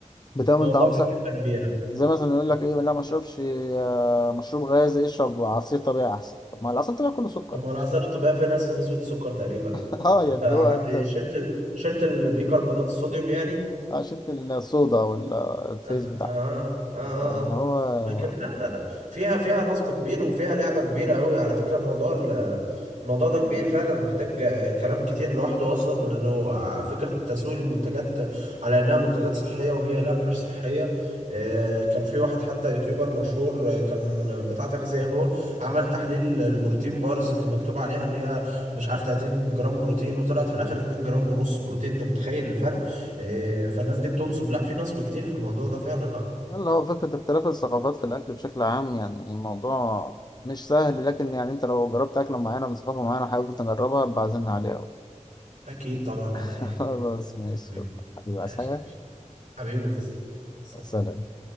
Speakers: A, on the left (about 35°); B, on the right (about 80°).
A: بتعمل
B: الموضوع
A: طعام
B: فيه
A: صحي
B: كلمة كبيرة
A: زي مثلا يقول لك ايه لا ما اشربش آه مشروب غازي اشرب عصير طبيعي احسن طب ما العصير الطبيعي كله سكر
B: طب ما الآثار
A: يعني
B: الطبيعية فيها نفس نسبة السكر تقريبا
A: <laughs> اه يعني
B: انت عملت
A: اللي هو انت
B: إيه؟ شلت ال... شلت البيكربونات الصوديوم يعني
A: آه، شلت الصودا والفيس
B: آه
A: بتاعها
B: آه آه آه
A: فاللي
B: اه.
A: هو
B: لكن لا لا لا فيها فيها نصب كبير وفيها لعبة كبيرة قوي على فكرة موضوع ال- الموضوع ده كبير فعلا محتاج آه، كلام كتير لوحده أصلا إنه آه، فكرة تسويق المنتجات على إنها منتجات صحية وهي لا مش صحية آه، كان في واحد حتى يوتيوبر مشهور آه، كان بتاع تغذية هو عمل تحليل لبروتين بارز كان مكتوب عليها إن هي مش عارف 30 جرام بروتين وطلعت في الآخر 2 جرام ونص بروتين أنت متخيل إيه، فالناس دي بتنصب لا في نصب كتير في الموضوع ده فعلا اه
A: يلا هو فكرة اختلاف الثقافات في الأكل بشكل عام يعني الموضوع مش سهل لكن يعني أنت لو جربت أكلة معينة من ثقافة معينة حابب تجربها بعزمنا عليها <laughs> بقى.
B: اكيد طبعا انا
A: خلاص
B: يا حبيبي
A: ماشي
B: حبيبي
A: يلا حبيبي
B: ماشي
A: عايز حاجة؟
B: ماشي حبيبي تسلم سلام.
A: سلام